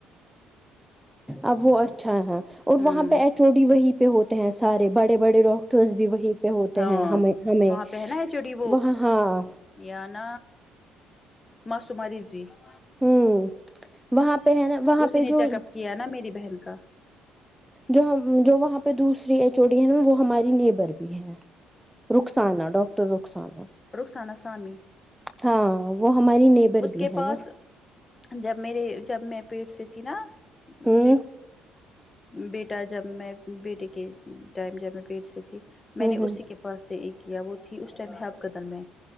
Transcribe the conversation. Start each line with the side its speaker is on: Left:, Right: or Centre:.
Centre: اب وہ اچھا ہے اور
Left: ہوں
Centre: وہاں پہ چوٹی وہی پہ ہوتے ہیں سارے بڑے بڑے ڈاکٹرس بھی وہی پ ہوتے
Left: ہاں
Centre: ہیں ہمیں ہمیں
Left: وہاں پہ ہے نا چوڑی
Centre: وہ ہاں
Left: یا ن معصو ا رہی جی <unintelligible>
Centre: ہوں وہاں پہ ہے نا وہاں
Left: اسی
Centre: پہ
Left: نے
Centre: جو
Left: چیک اپ کیا نا میری بہن کا
Centre: جو ہم جو وہاں پہ دوسری ایچوڑی ہے نا وہ ہماری نیبر بھی ہے رخسانا ڈاکٹر رخسانا
Left: رخسان سامی
Centre: ہاں وہ ہماری نیبر
Left: اس
Centre: بھی
Left: کے
Centre: ہے
Left: پاس
Centre: نا
Left: جب میرے جب میں پیٹ سے تھی نا مجھے
Centre: ہوں
Left: بیٹا جب میں بیٹے کے ٹائم جب میں پیٹ سے تھی میں
Centre: ہوں
Left: نے
Centre: ہوں
Left: اسی کے اس سے ایک کیا وہ تھی اس ٹائمپ قدل میں